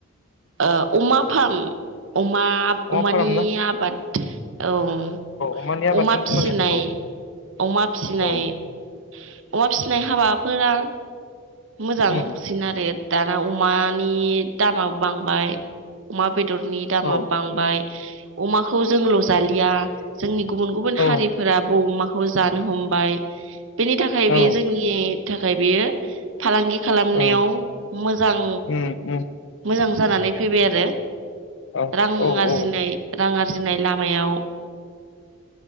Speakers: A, on the right; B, on the left.
A: ओ अमा अमा-अमानि
B: अमा फारामना
A: आबाद औ
B: अमानि आबादखौनो
A: अमा
B: बुंनांगोन
A: फिनाय
B: औ
A: अमा फिनाय
B: औ
A: अमा फिसिनाय हाबाफोरा मोजां
B: उम
A: सिन आरो दा दा अमानि दामाबो बांबा बेदरनि दामा
B: औ
A: बांबाय अमाखौ जोंल जालिया जोंनि गुबुन-गुबुन
B: औ
A: हारिफोराबो अमा खौ जानो हमबाय बेनि थाखाय
B: औ
A: बेयो जोंनि थाखाय बेयो फालांगि खालामनायाव
B: औ
A: मोजां
B: उम उम
A: मोजां जानानै फैबाय आरो
B: औ
A: रां
B: औ
A: आरजिनाय
B: औ
A: रां आर जिनाय लामायाव